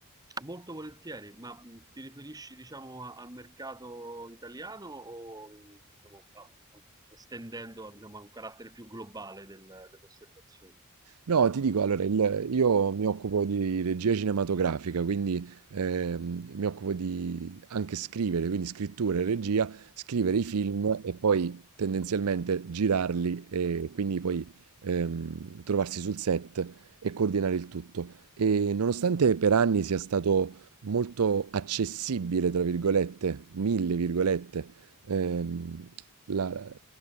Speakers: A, on the right; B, on the right.
A: Molto volentieri, ma mh, ti riferisci, diciamo, a- al mercato italiano o, mh, diciamo, a- a- estendendo, diciamo, a un carattere più globale del- dell'osservazione?
B: No, ti dico, allora, il- io mi occupo di regia cinematografica, quindi ehm, mi occupo di anche scrivere, quindi scrittura e regia, scrivere i film e poi tendenzialmente girarli e quindi poi ehm, trovarsi sul set e coordinare il tutto. E nonostante per anni sia stato molto accessibile, tra virgolette, mille virgolette, ehm, la-